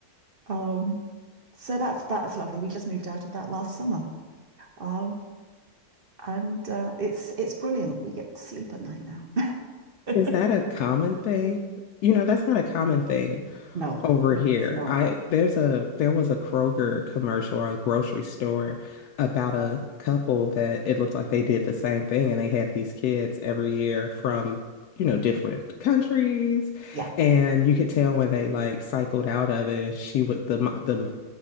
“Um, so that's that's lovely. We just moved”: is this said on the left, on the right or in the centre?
Right